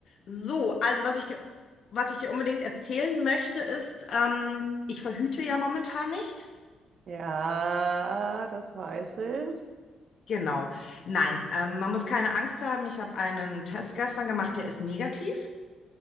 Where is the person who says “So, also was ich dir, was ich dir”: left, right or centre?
Left